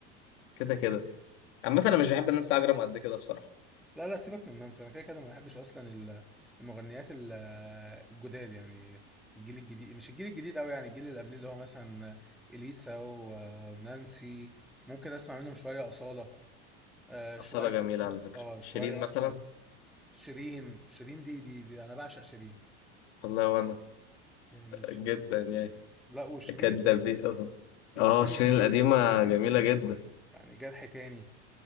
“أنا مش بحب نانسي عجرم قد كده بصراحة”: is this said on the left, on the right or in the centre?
Left